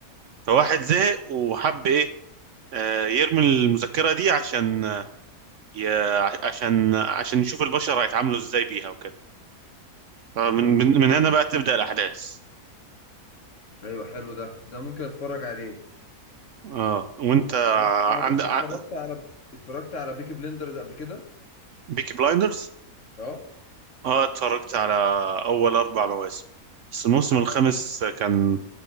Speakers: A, on the right (about 65°); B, on the left (about 55°).
A: فواحد زهق وحب ايه آه، يرمي المذكرة دي عشان آه، ي... عشان عشان يشوف البشر هيتعاملوا ازاي بيها وكده فمن
B: امم
A: من,
B: أمم،
A: من هنا
B: أمم.
A: بقى تبدأ الأحداث
B: ايوه حلو ده ده ممكن اتفرج عليه
A: اه وانت
B: انا انا
A: عند
B: بص
A: ع-
B: اتفرجت على اتفرجت على بيكي بليندرز قبل كده
A: بيكي بلايندرز
B: اه
A: اه اتفرجت على أول أربع مواسم بس الموسم الخامس
B: اه
A: كان